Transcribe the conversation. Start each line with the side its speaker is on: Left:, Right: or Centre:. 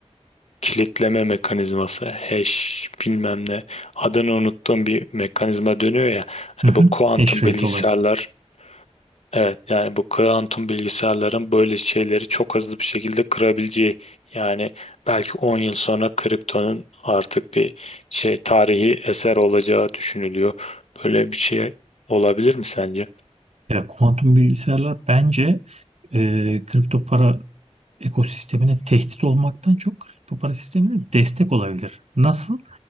Left: kilitleme mekanizması, hash bilmem ne adını unuttuğum bir mekanizma dönüyor ya. Hani
Right: Hı hı.
Left: bu kuantum
Right: Hash rate
Left: bilgisayarlar
Right: olayı.
Left: evet yani bu kuantum bilgisayarların böyle şeyleri çok hızlı bir şekilde kırabileceği yani belki 10 yıl sonra kriptonun artık bir şey tarihi eser olacağı düşünülüyor. Böyle bir şey olabilir mi sence?
Right: Ya kuantum bilgisayarlar bence e, kripto para ekosistemine tehdit olmaktan çok kripto para sistemine destek olabilir. Nasıl?